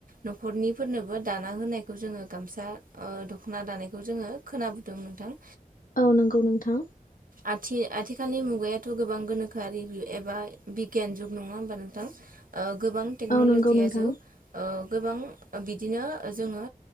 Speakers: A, on the right; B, on the left.
A: न'खरनिफोरनोबो दाना होनायखौ जोङो गामसा ओ दख'ना दानायखौ जोङो खोनाबोदों नोंथां।
B: औ नंगौ नोंथां।
A: आथि-आथिखालनि मुगायाथ' गोबां गोनोखोआरि एबा बिगियान जुग नङा होमबा नोंथां? ओ गोबां टेक्न'ल'जिया
B: औ नंगौ नोंथां
A: जुग ओ गोबां बिदिनो जोङो